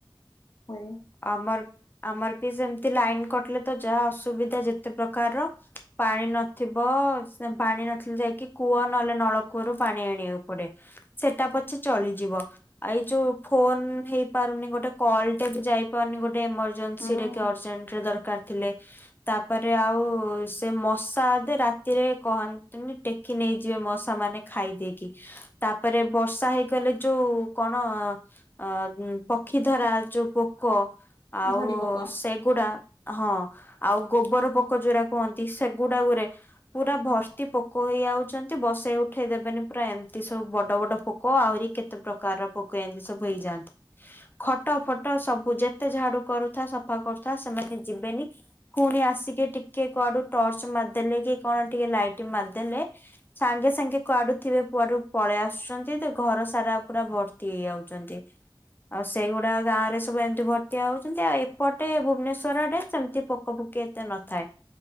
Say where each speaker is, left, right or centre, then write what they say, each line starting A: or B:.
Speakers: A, on the left; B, on the left.
A: ହୁଏ।
B: ଆମର ଆମର ପି ସେମତି ଲାଇନ କଟିଲେ ତ ଯାହା ଅସୁବିଧା ଯେତେ ପ୍ରକାରର। ପାଣି ନଥିବ ସେ ପାଣି ନଥିଲେ ଯାଇକି କୂଅ ନହେଲେ ନଳକୂଅରୁ ପାଣି ଆଣିବାକୁ ପଡେ। ସେଟା ପଛେ ଚଳିଯିବ ଏଇ ଯୋଉ ଫୋନ ହେଇପାରୁନି ଗୋଟେ କଲ ଟେ ବି ଯାଇ ପାରୁନି ଗୋଟେ ଏମରଜେନ୍ସି
A: ହୁଁ
B: ରେ କି ଅର୍ଜେଣ୍ଟରେ ଦରକାର ଥିଲେ ତା ତାପରେ ଆଉ ସେ ମଶା ଦେ ରାତିରେ କହନ୍ତୁନି ଟେକି ନେଇଯିବେ ମଶାମାନେ। ଖାଇ ଦେଇକି ତାପରେ ବର୍ଷା ହେଇଗଲେ ଯୋଉ କଣ ଅ ପକ୍ଷୀ ଧରା ଯୋଉ ପୋ କ ଆଉ
A: ଝଡି ପୋକ।
B: ସେଗୁଡା ହଁ ଆଉ ଗୋବର ପ ପୋକଜୁରା କୁହନ୍ତି ସେଗୁଡା ଗୁରେ। ପୁରା ଭର୍ତ୍ତି ପୋକ ହେଇଯାଉଛନ୍ତି ବସେଇ ଉଠେଇ ଦେବେନି ପୁରା ଏମିତି ସବୁ ବଡ ବଡ ପୋକ ଆହୁରି କେ ତ ପ୍ରକାର ପକ ଏନ୍ତି ସବୁ ହେଇଯାଆନ୍ତି ଖଟ ଫଟ ସବୁ ଯେତେ ଝାଡୁ କରୁଥା ସଫା କରୁଥା ସେମାନେ ଯିବେନି। ପୁଣି ଆସିକି ଟିକେ କୁଆଡୁ ଟର୍ଚ ମାରିଦେଲେ କି କଣ ଟିକେ ଲାଇଟ ମାରିଦେଲେ ସାଙ୍ଗେ ସାଙ୍ଗେ କୁଆଡୁ ଥିବେ କୁଆଡୁ ପଳେଇ ଆସୁଛନ୍ତି ତ ଘର ସାରା ପୁରା ଭର୍ତ୍ତି ହେଇଯାଉଛନ୍ତି। ଆଉ ସେଇଗୁଡା ଗାଁ ରେ ସବୁ ଏମିତି ଭର୍ତିଆ ହଉଛନ୍ତି ଆଉ ଏପଟେ ଭୁବନେଶ୍ଵର ଆଡେ ସେମିତି ପୋକ ପୋକୀ ଏତେ ନଥାଏ।